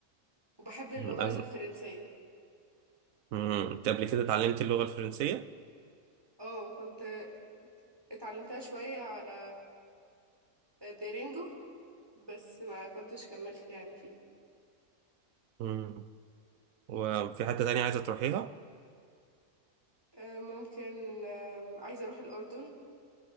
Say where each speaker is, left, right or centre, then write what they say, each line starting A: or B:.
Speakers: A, on the right; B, on the right.
A: وبحب اللغة
B: مم. عايز-
A: الفرنسية
B: مم. أنت قبل كده اتعلمتي اللغة الفرنسية؟
A: اه كنت اتعلمتها شوية على ديرينجو بس ما كنتش كملت يعني فيها
B: مم. وفي حتة تانية عايزة تروحيها؟
A: آه، ممكن آم، عايزة اروح الأردن